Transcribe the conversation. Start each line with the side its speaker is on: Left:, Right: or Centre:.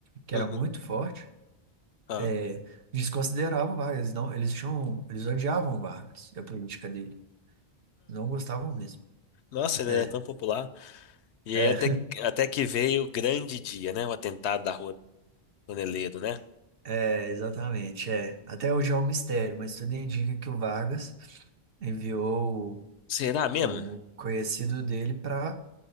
Right: que
Left: Uhum.
Right: era muito forte,
Left: Ah.
Right: é, desconsiderava o Vargas. Não, eles tinham, eles odiavam o Vargas e a política dele. Não gostavam mesmo.
Left: Nossa, ele
Right: É,
Left: é tão popular. E
Right: é,
Left: aí até, até que veio o grande dia, né? O atentado da Rua Toneleiro, né?
Right: <laughs> é, exatamente. É. Até hoje é um mistério, mas tudo indica que o Vargas enviou
Left: Será mesmo?
Right: o, o conhecido dele para